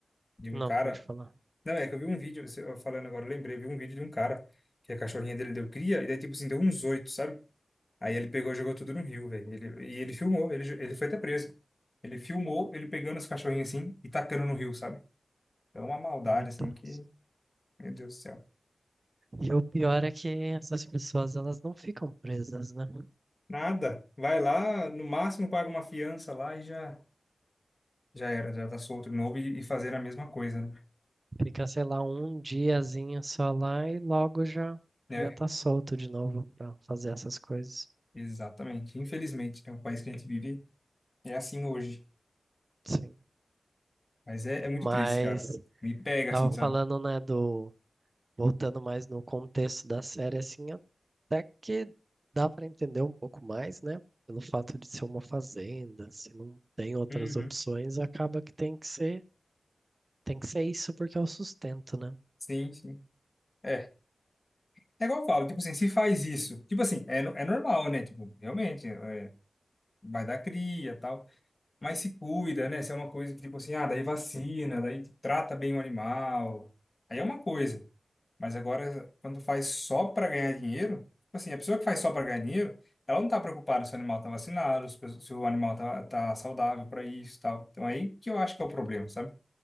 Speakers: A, on the left (about 30°); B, on the right (about 35°).
A: de
B: Não,
A: um cara.
B: pode falar.
A: Não, é que eu vi um vídeo, você- eu falando agora, eu lembrei, eu vi um vídeo de um cara que a cachorrinha dele deu cria, e daí, tipo assim, deu uns oito, sabe? Aí ele pegou e jogou tudo no rio, velho. Ele, e ele filmou, ele, ele foi até preso. Ele filmou ele pegando os cachorrinhos assim e tacando no rio, sabe? Então, é uma maldade,
B: Meu Deus.
A: assim, que Meu Deus do céu.
B: E o pior é que essas pessoas, elas não ficam presas, né?
A: Nada. Vai lá, no máximo paga uma fiança lá e já, já era, já tá solto de novo e, e fazer a mesma coisa, né?
B: Fica, sei lá, um diazinho só lá e logo já
A: É,
B: já tá solto de novo pra fazer essas coisas.
A: exatamente. Infelizmente, né? O país que a gente vive é assim hoje.
B: Sim.
A: Mas é, é muito
B: Mas
A: triste, cara. Me pega
B: tava
A: assim, sabe?
B: falando, né, do voltando mais no contexto da série assim, até que dá pra entender um pouco mais, né? Pelo fato de ser uma fazenda, se não tem outras
A: Uhum.
B: opções, acaba que tem que ser, tem que ser isso porque é o sustento, né?
A: Sim, sim. É. É igual eu falo, tipo assim, se faz isso, tipo assim, é, no- é normal, né? Tipo, realmente, é, vai dar cria e tal. Mas se cuida, né? Se é uma coisa que, tipo assim, ah, daí vacina, daí tipo, trata bem o animal. Aí é uma coisa. Mas agora, quando faz só para ganhar dinheiro, tipo assim, a pessoa que faz só para ganhar dinheiro, ela não tá preocupada se o animal tá vacinado, se o se o animal tá, tá saudável para isso e tal. Então é aí que eu acho que é o problema, sabe?